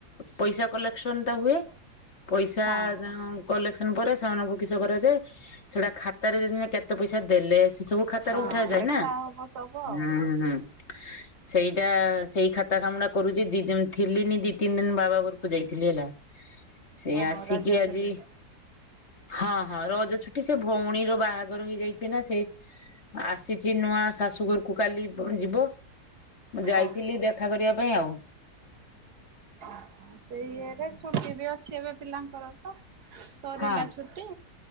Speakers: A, on the left (about 40°); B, on the right (about 70°).
A: ପଇସା କଲେକ୍ସନ୍ ଟା ହୁଏ। ପଇସା
B: ହଁ।
A: କଲେକ୍ଟ ପରେ ସେମାନଙ୍କୁ କିସ କରାଯାଏ ସେଟା ଖାତାରେ କେତେ ପଇସା ଦେଲେ ସବୁ ଖାତାରୁ
B: ହଁ
A: ଉଠା ଯାଏ
B: ଲେଖା
A: ନା
B: ହବ ସବୁ
A: ହୁଁ
B: ଆଉ।
A: ହୁଁ। ସେଇଟା ସେଇ ଖାତା କାମ ଟା କରୁଛି ଦି ଦିନ ଥିଲିନି ଦି ତିନି ଦିନ ବାବା ଘରକୁ ଯାଇଥିଲି ହେଲା। ସେ
B: ଓହୋ
A: ଆସିକି
B: ରଜ
A: ଆଜି
B: ଛୁଟିରେ
A: ହଁ ହଁ ରଜ ଛୁଟି ଏଠି ସେ ଭଉଣୀର ବାହାଘର ହେଇଯାଇଛି ନା ସେ ଆସିଛି ନୂଆ ଶାଶୁଘରକୁ କାଲି ପୁଣି ଯିବ ମୁଁ ଯାଇଥିଲି
B: ଓହୋ।
A: ଦେଖା କରିବା ପାଇଁ ଆଉ।
B: ସେଇ ଇଏରେ ଛୁଟି ବି ଅଛି ଏବେ ପିଲାଙ୍କର ତ ସରିଲା
A: ହଁ
B: ଛୁଟି।